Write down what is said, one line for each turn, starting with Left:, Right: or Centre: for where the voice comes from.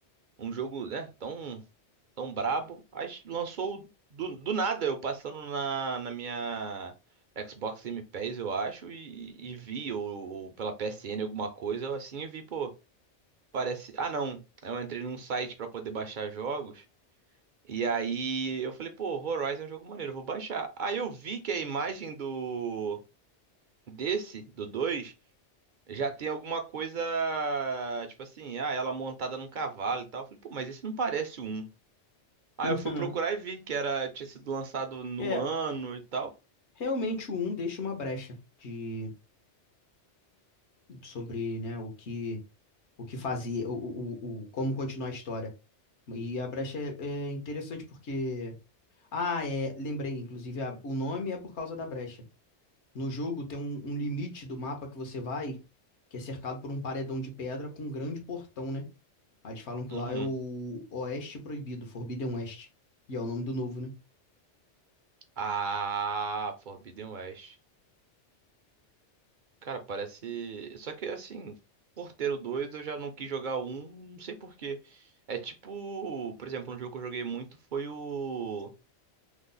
Right: um jogo, né, tão tão brabo, aí lançou do, do nada, eu passando na, na minha Xbox Game Pass, eu acho, e, e vi ou, ou pela PSN alguma coisa, assim, e vi, pô, parece, ah não, eu entrei num site pra poder baixar jogos. E aí eu falei, pô, Horizon é um jogo maneiro, eu vou baixar. Aí eu vi que a imagem do desse, do 2 já tem alguma coisa, tipo assim, ah, ela montada num cavalo e tal. Eu falei, pô, mas esse não parece o um. Aí
Left: <laughs>
Right: eu fui procurar e vi que era tinha sido lançado no
Left: É,
Right: ano e tal.
Left: realmente o 1 deixa uma brecha de sobre, né, o que o que fazia, o, o, o, o- como continuar a história. E a brecha é é interessante porque. Ah, é. Lembrei, inclusive, a- o nome é por causa da brecha. No jogo tem um, um limite do mapa que você vai, que é cercado por um paredão de pedra com um grande portão, né? Aí eles falam que
Right: Uhum.
Left: lá é o Oeste Proibido, Forbidden West. E é o nome do novo, né?
Right: Ah, Forbidden West. Cara, parece, só que assim, Porteiro 2 eu já não quis jogar o um, não sei por quê. É tipo, por exemplo, um jogo que eu joguei muito foi o